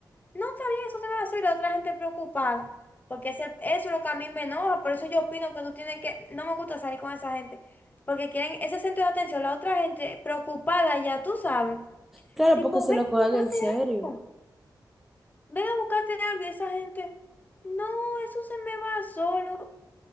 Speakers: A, on the left (about 25°); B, in the centre.
A: no, está bien, eso te lo hacer. Y la otra gente preocupada, porque ese- eso es lo que a mí me enoja, por eso yo opino que tú tienes que, no me gusta salir con esa gente, porque quieren ese centro de atención, la otra gente preocupada ya, tú sabes.
B: Claro,
A: Tipo,
B: porque se
A: ven
B: lo
A: a
B: cogen
A: buscarte
B: en serio.
A: algo, ven a buscarte algo, y esa gente, no, eso se me va solo.